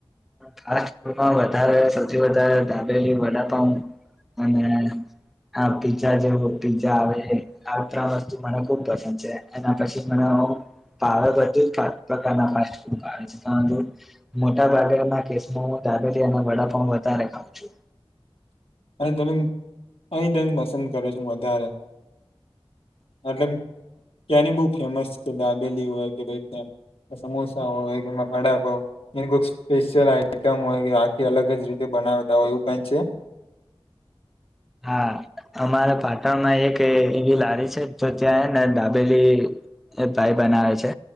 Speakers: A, in the centre; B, on the left.
A: ફાસ્ટ ફૂડમાં વધારે સૌથી વધારે દાબેલી વડાપાઉં. અને આ પીઝા જેવ પીઝા આવે આ વસ્તુ મને ખુબ પસંદ છે એના પછી મ પાંચ પ્રકારના ફડ મોટા ભાગેના કે દાબેલી અને વડાપાવ વધારે ખઉં છું.
B: અને તમે આંગ પસંદ કરો છો વધારે મતલબ ક્યાંની બહ ફેમસ છે ડાબેલી હોય કે ભાઈ ત સમોસા હોય કે વડાપાઉં હો એ કોક સ્પેશિયલ આઈટમ હોય આખી અલગ જ રીતે બનાવતા હોય એવું કઈ છે.
A: હા અમારે પાટણમાં એક એવી લારી છે તો ત્યાંને દાબેલી. એ ભાઈ બનાવે છે